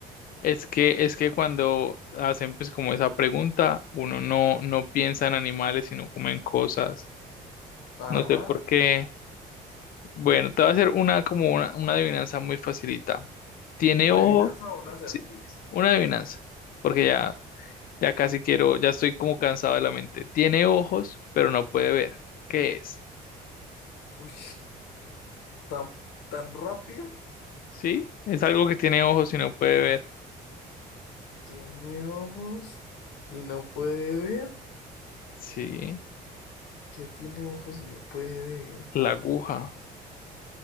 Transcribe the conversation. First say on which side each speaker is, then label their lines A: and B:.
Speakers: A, on the left; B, on the left.
A: es que, es que cuando hacen pues como esa pregunta, uno no, no piensa en animales, sino como en cosas.
B: Ajá.
A: No sé por qué. Bueno, te voy a hacer una como una, una adivinanza muy facilita. Tiene
B: Una
A: ojo.
B: adivinanza o un acertijo.
A: Sí, una adivinanza. Porque ya, ya casi quiero, ya estoy como cansado de la mente. Tiene ojos, pero no puede ver. ¿Qué es?
B: Uy, tan, tan rápida.
A: ¿Sí? Es algo que tiene ojos y no puede ver.
B: Tiene ojos y no puede ver.
A: Sí,
B: que tiene ojos y no puede ver.
A: la aguja.